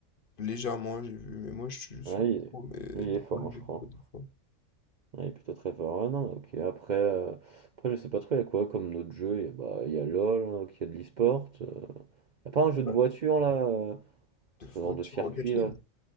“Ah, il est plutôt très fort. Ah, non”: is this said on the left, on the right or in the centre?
Right